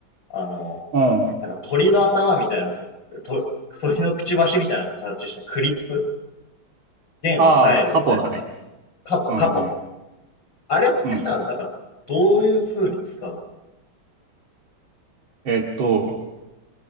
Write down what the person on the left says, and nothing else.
あの
なんか鳥の頭みたいなさ、と鳥のくちばしみたいな形したクリップ、弦を押さえるみたいなやつ。
カポ、
カポ。あれってさ、
なんか、どういう風に使うの